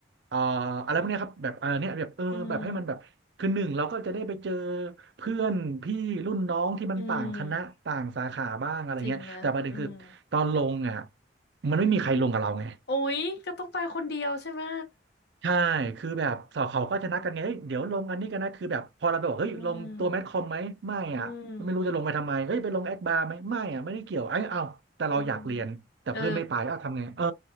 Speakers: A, on the right; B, on the left.
A: เอ่ออะไรพวกเนี้ยครับแบบเออเนี่ยแบบเออแบบให้มันแบบคือหนึ่งเราก็จะได้ไปเจอ
B: อืม
A: เพื่อนพี่รุ่นน้องที่มันต่างคณะต่างสาขาบ้างอะไรเงี้ยแต่ประเด็นคือตอนลงอ่ะ
B: อืมจริงนะอืม
A: มันไม่มีใครลงกับเราไง
B: โอ้ยก็ต้องไปคนเดียวใช่ไหม
A: ใช่คือแบบสาวเขาก็จะนัดกันไงเฮ้ยเดี๋ยวลงอันนี้กันนะคือแบบพอเราไปบอกเฮ้ยลงตัวแมทคอมไหมไม่อ่ะไม่รู้จะลงไปทำไมเฮ้ยไปลงแอดบาร์ไหมไม่อ่ะไม่ได้เกี่ยวไอ้ยเอาแต่เราอยากเรียนแต่เพื่อนไม่ไปอ้าวทำไงเออ
B: อืมอืมอืมเออ